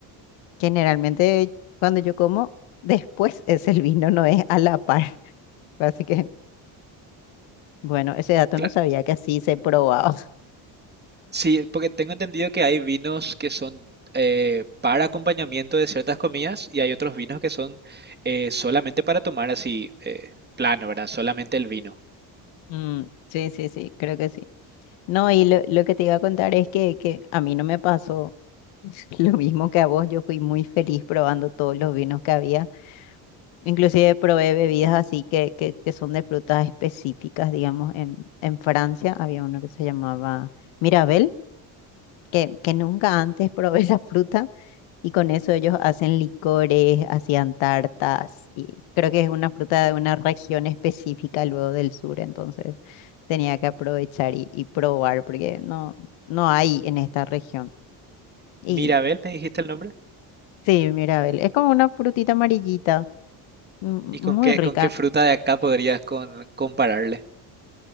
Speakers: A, on the left; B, on the right.
A: Generalmente cuando yo como, <laughs> después es el vino, no es a la par. <laughs> Así que, bueno, ese dato
B: Claro,
A: no sabía que así se probaba. <laughs>
B: sí, porque tengo entendido que hay vinos que son eh, para acompañamiento de ciertas comidas y hay otros vinos que son eh, solamente para tomar así, eh, plano, ¿verdad? Solamente el vino.
A: Mm, sí, sí, sí, creo que sí. No, y lo, lo que te iba a contar es que, que a mí no me pasó <laughs> lo mismo que a vos. Yo fui muy feliz probando todos los vinos que había. Inclusive probé bebidas así que, que, que son de frutas específicas, digamos, en, en Francia había uno que se llamaba Mirabel, que, que nunca antes <laughs> probé esa fruta y con eso ellos hacen licores, hacían tartas y creo que es una fruta de una región específica luego del sur, entonces tenía que aprovechar y, y probar porque no, no hay en esta región. Y
B: Mirabel, ¿me dijiste el nombre?
A: sí, Mirabel, es como una frutita amarillita, mm,
B: ¿Y con
A: muy
B: qué,
A: rica.
B: con qué fruta de acá podrías con- compararle?